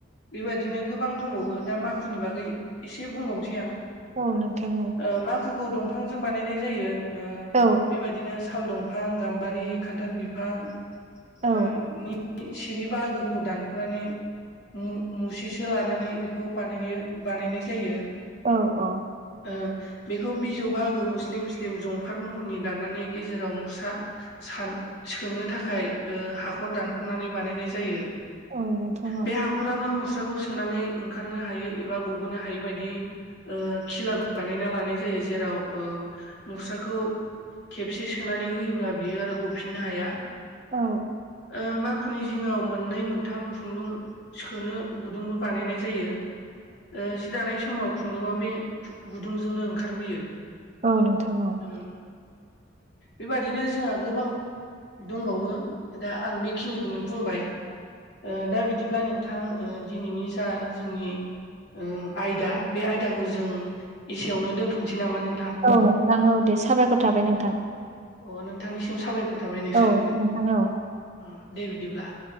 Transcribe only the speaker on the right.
औ नोंथां
औ
औ
औ औ
औ नोंथां औ नोंथां
औ
औ नोंथां औ
औ नोंथां औ दे साबायखर थाबाय नोंथां।
औ नोंथां औ